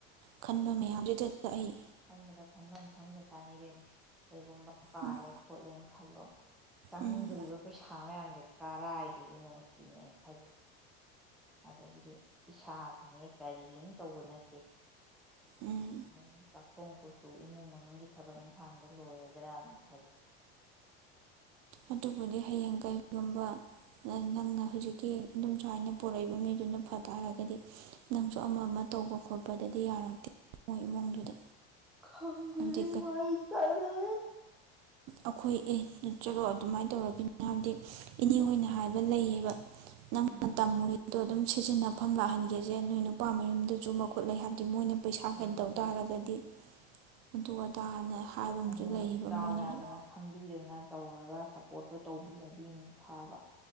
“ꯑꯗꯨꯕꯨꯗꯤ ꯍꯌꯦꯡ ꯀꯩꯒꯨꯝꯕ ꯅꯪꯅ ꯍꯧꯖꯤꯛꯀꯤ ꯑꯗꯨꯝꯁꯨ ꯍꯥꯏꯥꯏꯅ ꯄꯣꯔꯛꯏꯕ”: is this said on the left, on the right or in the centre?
Right